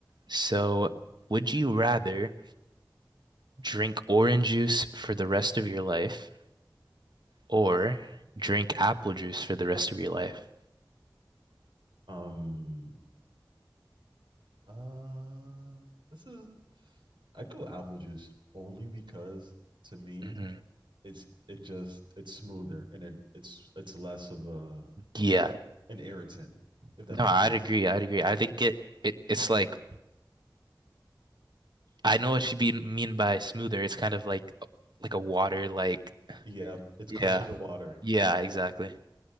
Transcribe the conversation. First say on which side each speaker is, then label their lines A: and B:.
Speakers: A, on the right; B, on the right.
A: So would you rather drink orange juice for the rest of your life or drink apple juice for the rest of your life?
B: Um, uh, this is I go apple juice only because to me
A: hmm
B: it's it just it's smoother and it it's it's less of a
A: Yeah.
B: an irritant if that
A: No,
B: makes
A: I'd
B: sense.
A: agree. I'd agree. I think it, it it's like I know what you be mean by smoother. It's kind of like like a water like
B: Yeah, it's
A: yeah.
B: closer to water.
A: Yeah,
B: Yeah.
A: exactly.